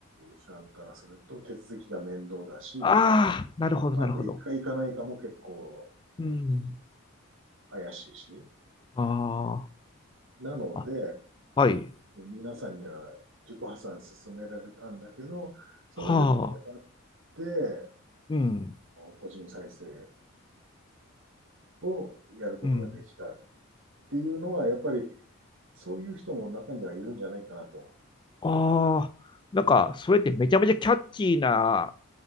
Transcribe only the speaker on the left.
ああ、
なるほど、
なるほど。うん。
あ
あ、あ、はい。
はあ
うん。
うん。
あ、ああなんか、それってめちゃめちゃキャッチーな、